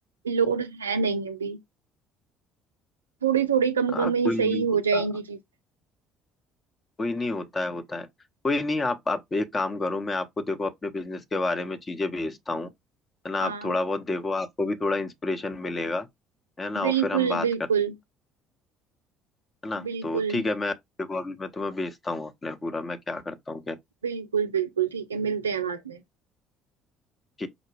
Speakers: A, on the right (about 85°); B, on the left (about 30°).
A: लोड है नहीं अभी थोड़ी थोड़ी कम
B: हाँ
A: कम ही
B: कोई
A: सही
B: नहीं
A: हो
B: होता
A: जाएंगी चीजें
B: कोई नहीं होता है होता है कोई नहीं आप आप एक काम करो मैं आपको देखो अपने बिजनेस के बारे में चीजें भेजता हूँ है ना
A: हाँ
B: आप थोड़ा बहुत देखो आपको भी थोड़ा इंस्पिरेशन मिलेगा है ना
A: बिल्कुल
B: और फिर हम बात
A: बिल्कुल
B: करते हैं ना
A: बिल्कुल
B: तो ठीक है मैं देखो अभी मैं तुम्हें भेजता हूँ अपने पूरा मैं क्या करता हूँ क्या
A: बिल्कुल बिल्कुल ठीक है मिलते हैं बाद में
B: ठीक